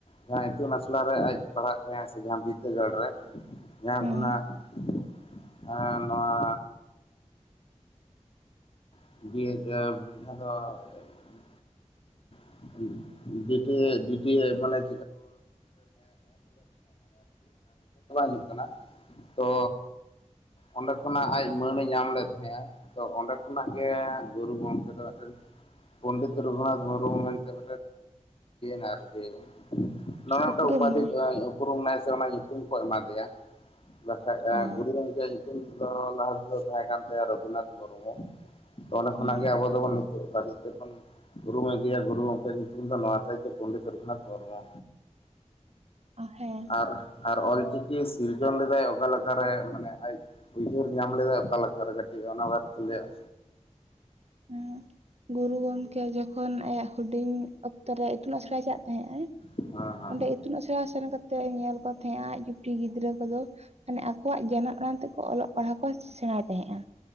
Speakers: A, on the left; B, on the right.
A: ᱡᱟᱦᱟᱸ ᱤᱛᱩᱱ ᱟᱥᱲᱟ ᱨᱮ ᱟᱡ ᱯᱟᱲ ᱦᱟᱜ ᱛᱟᱦᱮᱸᱫ ᱥᱮ ᱡᱟᱦᱟᱸ ᱵᱤᱫᱽᱫᱟᱹ ᱜᱟᱲ ᱨᱮᱼᱼ ᱡᱟᱦᱟᱸ
B: ᱦᱮᱸ
A: ᱨᱮᱱᱟᱜ <unintelligible> ᱱᱚᱣᱟ᱾ <unintelligible>
B: <inaudible>
A: <unintelligible> <unintelligible> ᱩᱭᱦᱟᱹᱨ ᱫᱚ ᱵᱟᱝ ᱦᱤᱡᱩᱜ ᱠᱟᱱᱟ ᱛᱚᱼᱼ ᱚᱸᱰᱮ ᱠᱷᱚᱱᱟᱜ ᱟᱡ ᱢᱟᱹᱱ ᱮ ᱧᱟᱢ ᱞᱮᱫ ᱛᱟᱦᱮᱸᱜᱼᱟ ᱛᱚ ᱚᱸᱰᱮ ᱠᱚ ᱠᱷᱚᱱᱟᱜ ᱜᱮ ᱜᱩᱨᱩ ᱜᱚᱢᱠᱮ ᱫᱚ <unintelligible> ᱯᱚᱱᱰᱤᱛ ᱨᱚᱜᱷᱩᱱᱟᱛᱷ ᱢᱩᱨᱢᱩ ᱢᱮᱱᱴᱮᱱ <inaudible> ᱟᱨᱠᱤ ᱱᱚᱣᱟ ᱢᱤᱫᱴᱮᱱ
B: ᱩᱯᱨᱩᱢ
A: ᱩᱯᱟᱫᱷᱤ
B: ᱱᱟᱭ
A: ᱩᱯᱨᱩᱢ ᱱᱟᱭ ᱥᱮ ᱚᱱᱟ ᱧᱩᱛᱩᱢ ᱠᱚ ᱮᱢᱟ ᱫᱮᱭᱟ᱾ ᱵᱟᱠᱷᱟᱡ
B: ᱚ
A: ᱜᱩᱨᱩ ᱜᱚᱢᱠᱮᱭᱟᱜ ᱧᱩᱛᱩᱢ ᱛᱮᱫᱚ ᱞᱟᱦᱟ ᱛᱮᱫᱚ ᱛᱟᱦᱮᱸ ᱠᱟᱱ ᱛᱟᱭᱟ ᱨᱚᱜᱷᱩᱱᱟᱛᱷ ᱢᱩᱨᱢᱩ ᱚᱸᱰᱮ
B: ᱦᱮᱸ
A: ᱠᱷᱚᱱᱟᱜ ᱜᱮ ᱟᱵᱚ ᱫᱚᱵᱚᱱ <inaudible> ᱩᱨᱩᱢᱮ ᱜᱮᱭᱟ ᱜᱩᱨᱩ ᱜᱚᱝᱠᱮᱭᱟᱜ ᱧᱩᱛᱩᱢ ᱫᱚ ᱱᱚᱣᱟ ᱛᱟᱭ ᱫᱚ ᱯᱚᱱᱰᱤᱛ ᱨᱚᱜᱷᱩᱱᱟᱛᱷ ᱢᱩᱨᱢᱩ
B: ᱦᱮᱸ
A: ᱟᱨ ᱟᱨ ᱚᱞ ᱪᱤᱠᱤ ᱥᱤᱨᱡᱚᱱ ᱞᱮᱫᱟᱭ ᱚᱠᱟ ᱞᱮᱠᱟᱨᱮ ᱢᱟᱱᱮ ᱟᱡ ᱩᱭᱟᱹᱨ ᱧᱟᱢ ᱞᱮᱫᱟ ᱚᱠᱟᱞᱮᱠᱟ ᱨᱮ ᱠᱟᱹᱴᱤᱡ ᱚᱱᱟ ᱵᱟᱨᱮᱭᱟ ᱛᱮ ᱞᱟᱹᱭᱟᱜ
B: ᱦᱮᱸ ᱜᱩᱨᱩ ᱜᱚᱢᱠᱮ ᱡᱚᱠᱷᱚᱱ ᱠᱷᱚᱱ ᱟᱭᱟᱜ ᱦᱩᱰᱤᱧ ᱚᱠᱛᱚ ᱨᱮ ᱤᱛᱩᱱ ᱟᱥᱲᱟᱭ ᱪᱟᱞᱟᱜ ᱛᱟᱦᱮᱸᱜᱼᱟ
A: ᱦᱮᱸ ᱦᱮᱸ
B: ᱚᱸᱰᱮ ᱤᱛᱩᱱ ᱟᱥᱲᱟ ᱥᱮᱱ ᱠᱟᱛᱮᱫ ᱧᱮᱞ ᱠᱚ ᱛᱟᱦᱮᱸᱜᱼᱟ ᱟᱡ ᱡᱩᱴᱤ ᱜᱤᱫᱽᱨᱟᱹ ᱠᱚᱫᱳ ᱢᱟᱱᱮ ᱟᱠᱚᱣᱟᱜ ᱡᱟᱱᱟᱢ ᱟᱲᱟᱝ ᱛᱮᱠᱚ ᱚᱞᱚᱜ ᱯᱟᱲᱦᱟᱣ ᱠᱚ ᱥᱮᱸᱬᱟᱭ ᱛᱟᱦᱮᱸᱜᱼᱟ